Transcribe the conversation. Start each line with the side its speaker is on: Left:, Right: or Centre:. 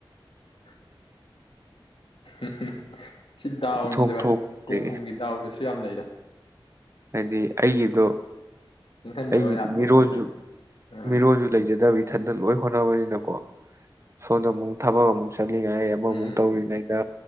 Left: ꯑ ꯎꯝꯝ ꯁꯤ ꯗꯥꯎꯅꯤꯗ
Right: ꯏꯊꯣꯛ
Left: ꯚꯥꯏ
Right: ꯊꯣꯛꯇ꯭ꯔꯦ
Left: ꯀꯨꯝ ꯀꯨꯝꯒꯤ ꯗꯥꯎꯗꯨꯁꯨ ꯌꯥꯝ ꯂꯩꯔꯦ
Right: ꯍꯥꯏꯗꯤ ꯑꯩꯒꯤꯗꯣ
Left: ꯅꯤꯡꯍꯟꯅꯕ
Right: ꯑꯩꯒꯤꯗꯤ
Left: ꯌꯥꯄꯣꯟꯇꯦꯗ
Right: ꯃꯤꯔꯣꯟꯁꯨ
Left: ꯑꯥ
Right: ꯃꯤꯔꯣꯟꯁꯨ ꯂꯩꯖꯗꯕ ꯏꯊꯟꯇ ꯂꯣꯏ ꯍꯣꯠꯅꯕꯅꯤꯅ ꯣ ꯁꯣꯗ ꯑꯃꯨꯛ ꯊꯕꯛ ꯑꯃꯨꯛ ꯆꯠꯂꯤꯉꯥꯏ ꯑꯃꯃꯨꯛ
Left: ꯎꯝ
Right: ꯇꯧꯔꯤꯉꯩꯗ